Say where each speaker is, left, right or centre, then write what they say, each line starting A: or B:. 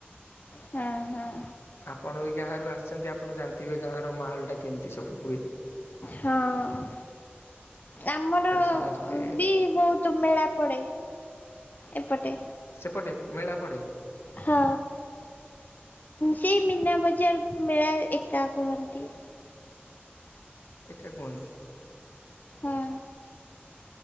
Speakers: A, on the left; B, on the left.
A: ହଁ ହଁ।
B: ଆପଣ ବି ଗାଁ ରରୁ ଆସିଛନ୍ତି ଆପଣ ଜାଣିଥିବେ ଗାଁର ମାହୋଲ ଟା କେମିତି ସବୁ ହୁଏ।
A: ହଁ ଆମର
B: ଆରେ ସମସ୍ତେ
A: ବି ବହୁତ ମେଳା ପଡ଼େ ଏପଟେ
B: ସେପଟେ ମେଳା ପଡ଼େ?
A: ହଁ ସେଇ ମୀନା ବଜାର ମେଳା ଏକା କୁହନ୍ତି।
B: ଏକା କୁହନ୍ତି।
A: ହଁ